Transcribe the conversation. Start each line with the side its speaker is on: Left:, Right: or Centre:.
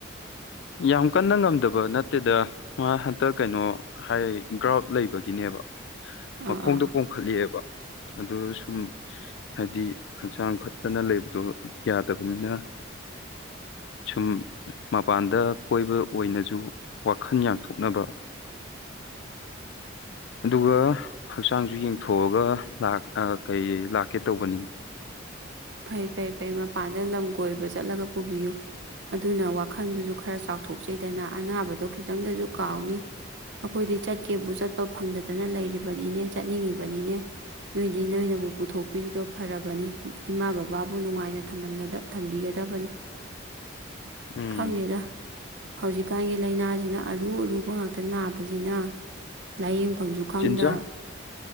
Left: ꯌꯥꯝ ꯀꯟꯅ ꯉꯝꯗꯕ ꯅꯠꯇꯦꯗ ꯃꯥ ꯍꯟꯇꯛ ꯀꯩꯅꯣ ꯍꯥꯏ ꯒ꯭ꯔꯥꯎꯠ ꯂꯩꯕꯒꯤꯅꯦꯕ
Right: ꯑꯥ
Left: ꯃꯈꯣꯡꯗ
Right: ꯑꯥ
Left: ꯄꯣꯝꯈꯠꯂꯤꯑꯦꯕ ꯑꯗꯨ ꯁꯨꯝ ꯍꯥꯏꯗꯤ ꯍꯛꯆꯥꯡ ꯐꯠꯇꯅ ꯂꯩꯕꯗꯣ ꯌꯥꯗꯕꯅꯤꯅ ꯁꯨꯝ ꯃꯄꯥꯟꯗ ꯀꯣꯏꯕ ꯑꯣꯏꯅꯁꯨ ꯋꯥꯈꯜ ꯌꯥꯡꯊꯣꯛꯅꯕ ꯑꯗꯨꯒ ꯍꯛꯆꯥꯡꯁꯨ ꯌꯦꯡꯊꯣꯛꯑꯒ ꯀꯩ ꯂꯥꯛꯀꯦ ꯇꯧꯕꯅꯤꯅ
Right: ꯐꯩ ꯐꯩ ꯐꯩ ꯃꯄꯥꯟꯗ ꯂꯝ ꯀꯣꯏꯕ ꯆꯠꯂꯒ ꯄꯨꯕꯤꯌꯨ ꯑꯗꯨꯅ ꯋꯥꯈꯜꯗꯨꯁꯨ ꯈꯔ ꯆꯥꯎꯊꯣꯛꯆꯩꯗꯅ ꯑꯅꯥꯕꯗꯣ ꯈꯤꯇꯪꯗꯁꯨ ꯀꯥꯎꯅꯤ ꯑꯩꯈꯣꯏꯗꯤ ꯆꯠꯀꯦꯕꯨ ꯆꯠꯄ ꯐꯪꯗꯗꯅ ꯂꯩꯔꯤꯕꯅꯤꯅꯦ ꯆꯠꯅꯤꯡꯉꯤꯕꯅꯤꯅꯦ ꯅꯣꯏꯗꯤ ꯅꯣꯏꯅꯕꯨ ꯄꯨꯊꯣꯛꯄꯤꯔꯤꯗꯣ ꯐꯔꯕꯅꯤ ꯏꯃꯥ ꯕꯕꯥꯕꯨ ꯅꯨꯡꯉꯥꯏꯅ ꯊꯝꯕꯤꯒꯗꯕꯅꯤ
Left: ꯎꯝ
Right: ꯈꯪꯗꯦꯗ ꯍꯧꯖꯤꯛ ꯍꯧꯖꯤꯀꯥꯟꯒꯤ ꯂꯥꯏꯅꯥꯁꯤꯅ ꯑꯔꯨ ꯑꯔꯨꯕ ꯉꯥꯛꯇ ꯅꯥꯕꯁꯤꯅ ꯂꯥꯏꯌꯦꯡ ꯃꯐꯝꯁꯨ ꯈꯪꯗ
Left: ꯆꯤꯟꯖꯥꯛ